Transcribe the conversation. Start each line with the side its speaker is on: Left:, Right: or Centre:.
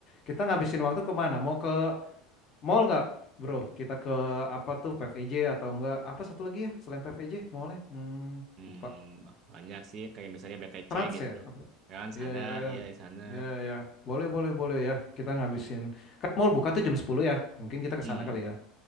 Left: kita ngabisin waktu kemana? Mau ke mall nggak bro? Kita ke apa tuh PVJ atau enggak? Apa satu lagi ya selain PVJ mallnya? Hmm,
Right: Hmm,
Left: lupa.
Right: banyak sih kayak misalnya BTC
Left: Trans
Right: gitu.
Left: ya? Apa?
Right: Trans
Left: Iya,
Right: ada,
Left: iya, iya.
Right: iya di sana.
Left: Iya, iya. Boleh, boleh, boleh ya. Kita ngabisin. Kan mall buka tuh jam 10 ya. Mungkin kita
Right: mm
Left: ke sana kali ya.